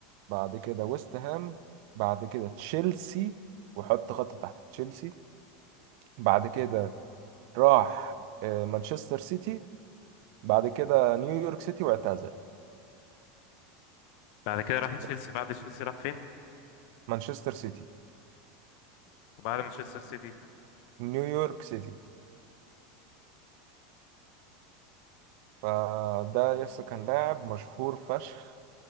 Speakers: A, on the right (about 65°); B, on the left (about 60°).
A: بعد كده ويست هام بعد كده تشيلسي وحط خط تحت تشيلسي بعد كده راح آه، مانشستر سيتي بعد كده نيويورك سيتي واعتزل
B: بعد كده راح تشيلسي
A: بس.
B: بعد تشيلسي راح فين؟
A: مانشستر سيتي
B: وبعد مانشستر سيتي
A: نيويورك سيتي فده يس كان لاعب مشهور فشخ